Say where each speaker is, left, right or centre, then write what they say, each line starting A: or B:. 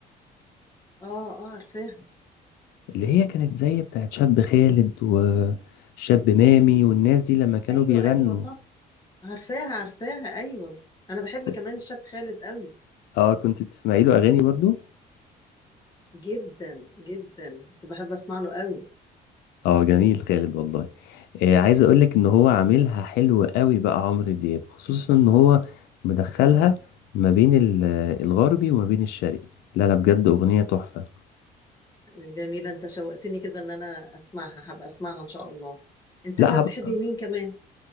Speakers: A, on the left (about 25°); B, on the left (about 80°).
A: اه اه عارفاها
B: اللي هي كانت زي بتاعت شاب خالد وشاب مامي والناس دي لما كانوا
A: أيوة
B: بيغنوا
A: أيوة طب عارفاها عارفاها أيوة أنا بحب
B: ك-
A: كمان الشاب خالد قوي
B: اه كنت بتسمعي له اغاني برضو
A: جدا جدا كنت بحب أسمع له قوي
B: اه جميل خالد والله آه عايز اقولك ان هو عاملها حلو قوي بقى عمرو دياب خصوصا ان هو مدخلها ما بين ال- الغربي وما بين الشرقي لا لا بجد اغنية تحفة
A: جميلة انت شوقتني كده ان انا اسمعها هبقى اسمعها ان شاء الله انت
B: لا
A: بقى بتحبي
B: هبقى
A: مين كمان